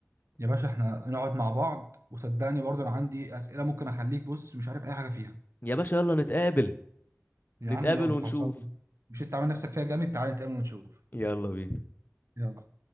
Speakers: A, on the right; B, on the left.
A: يا باشا احنا نقعد مع بعض وصدقني برضو أنا عندي أسئلة ممكن أخليك بص مش عارف أي حاجة فيها
B: يا باشا يلا نتقابل
A: يا
B: نتقابل
A: عم يلا
B: ونشوف
A: خلصان مش أنت عامل نفسك فيها جامد تعالى نتقابل ونشوف
B: يلا بينا
A: يلا